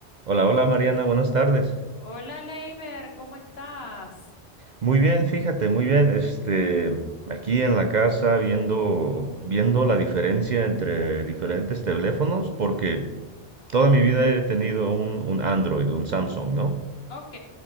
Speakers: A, on the right; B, on the left.
A: Hola, hola Mariana, buenas tardes.
B: Hola, Leiber, ¿cómo estás?
A: Muy bien, fíjate, muy bien. Este, aquí en la casa viendo, viendo la diferencia entre diferentes teléfonos, porque toda mi vida he tenido un, un Android, un Samsung, ¿no?
B: Ok,